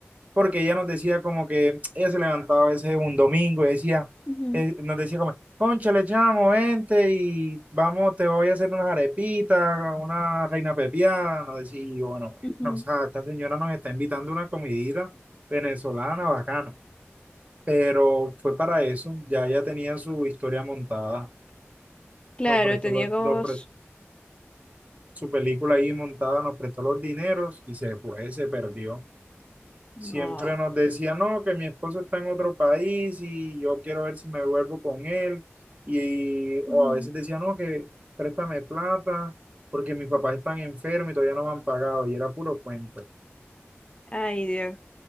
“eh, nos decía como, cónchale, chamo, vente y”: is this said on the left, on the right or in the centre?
Right